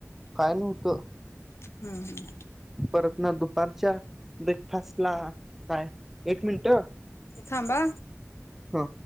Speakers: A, in the centre; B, on the left.
A: काय नव्हतं.
B: हम्म हम्म
A: परत ना दुपारच्या ब्रेकफास्ट ला काय एक मिनट.
B: थांबा.
A: हा.